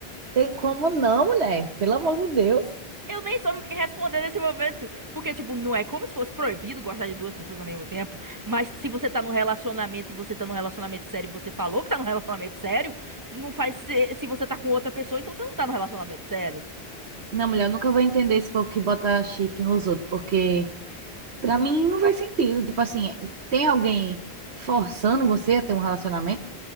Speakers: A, on the right; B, on the right.
A: Tem como não, mulher, pelo amor de Deus.
B: Eu nem soube o que responder nesse momento. Porque, tipo, não é como se fosse proibido gostar de duas pessoas ao mesmo tempo. Mas se você tá num relacionamento e você tá num relacionamento sério e você falou que tá num relacionamento sério, não faz se, se você tá com outra pessoa, então você não tá num relacionamento sério.
A: Não, mulher, eu nunca vou entender esse povo que bota chifre nos outros, porque pra mim não faz sentido. Tipo assim, tem alguém forçando você a ter um relacionamento?